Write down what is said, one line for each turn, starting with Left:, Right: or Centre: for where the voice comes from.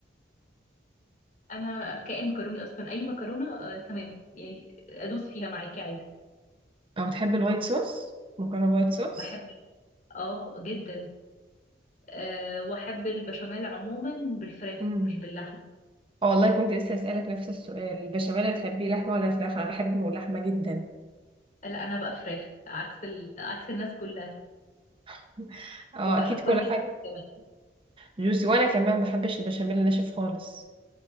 Left: أنا كائن مكروني أصلا أي مكرونة آه تمام يعني أدوس فيها معاكي عادي
Right: او بتحبي الوايت صوص مكرونه وايت صوص
Left: بحب ال- اه جدا أه وأحب البشاميل عموما بالفراخ
Right: امم
Left: مش باللحمة
Right: آه والله كنت لسه اسالك نفس السؤال البشاميل بتحبيه لحمه ولا فراخ انا بحبه لحمه جدا
Left: لا أنا بقى فراخ عكس ال... عكس الناس كلها
Right: <laughs> اه
Left: وبحبها
Right: اكيد كل
Left: جدا
Right: حاجه
Left: كمان
Right: جوسي وانا كمان ما بحبش البشاميل الناشف خالص